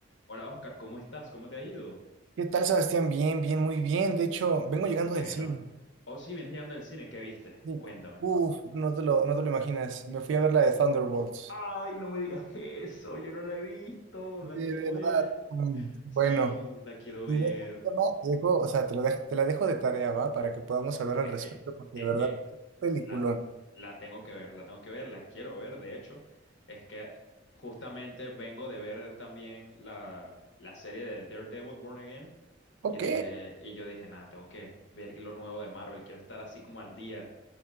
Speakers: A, on the left; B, on the right.
A: Hola Oscar, ¿cómo estás? ¿Cómo te ha ido?
B: ¿Qué tal, Sebastián? Bien, bien, muy bien. De hecho, vengo
A: Qué
B: llegando
A: bueno.
B: del cine.
A: Oh, sí, vienes llegando del cine, ¿qué viste?
B: Sí.
A: Cuéntame.
B: Uf, no te lo, no te lo imaginas. Me fui a ver la de Thunderbolts.
A: Ay, no me digas eso, yo no la he visto,
B: De
A: la quiero
B: verdad.
A: ver.
B: Mm, Bueno,
A: Sí, la quiero ver.
B: te dejo, ¿no? te dejo- o sea, te lo dejo- te la dejo de tarea, ¿va? Para que podamos hablar
A: Es
B: al respecto,
A: que,
B: porque
A: es
B: de verdad,
A: que
B: qué peliculón.
A: la, la tengo que ver, la tengo que ver, la quiero ver, de hecho. Es que justamente vengo de ver también la, la serie de Daredevil Born Again.
B: Ok,
A: Y dije, y yo dije, nada, tengo que ver lo nuevo de Marvel, quiero estar así como al día.